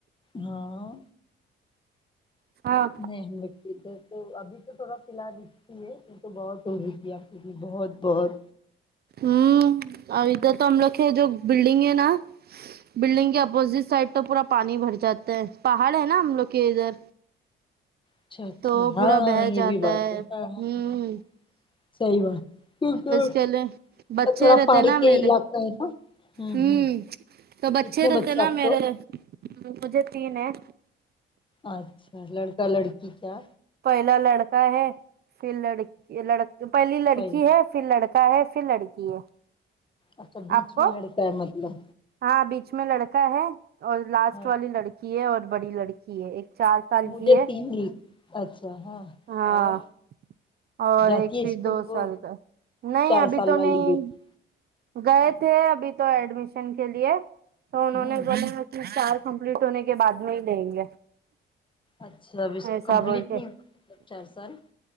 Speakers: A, on the left; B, on the right.
A: ہاں
B: ہاں
A: نہیں ہم ادھر تو ابھی تو تھوڑا فی الحال اتتی ہے یہ تو بہت ہو رہی تھی آپ کی کی بہت بہت
B: ہوں اور ادھر تو ہم لوگ جو بلڈنگ ہے نا بلڈنگ کے اپوزٹ سائڈ تو پورا پانی بھر جاتا ہے پہاڑ ہے نا ہم لوگ کے ادھر
A: اچھا اچھا
B: تو
A: ہاں
B: پورا بھے
A: یہ
B: جاتا
A: بھی بات
B: ہے
A: ہاں ہاں
B: ہوں
A: صحیح بات
B: چلے بچے
A: تھوڑا
B: رہتے
A: پہاڑی
B: نا
A: کے
B: میرے
A: علاقہ ہے نا ہوں
B: ہمم
A: ہوں
B: تو بچے
A: کتنے
B: رہتے نا
A: آپ
B: میرے
A: کو
B: مجھے تین ہے
A: اچھا لڑکا لڑکی کیا
B: پہلا لڑکا ہے پھر لڑکی پہلی لڑکی
A: پہل
B: ہے پھر لڑکا ہے پھر لڑکی ہے
A: اچھا بیچ
B: آپ کو
A: میں لڑکا ہے مطلب
B: ہاں بیچ میں لڑکا ہے اور لاسٹ
A: ہاں
B: والی لڑکی ہے اور بڑی لڑکی ہے ایک چار سال
A: مجھے
B: کی ہے
A: تین ل اچھا ہاں
B: ہاں
A: اور
B: اور
A: جاتی
B: ایک
A: ہے
B: پھر
A: اسکول
B: دو
A: کو
B: سال کا نہیں
A: چار
B: ابھی
A: سال
B: تو
A: والی
B: نہیں
A: بیٹی
B: گئے تھے ابھی تو ایڈمیشن کے لیے تو انہوں
A: ہوں
B: نے بو چار کمپلیٹ ہونے کے بعد میں ہی لیں گے
A: اچھا اب اس کو
B: ایسا
A: کمپلیٹ
B: بول کے
A: نہیں ہوا مطلب چار سال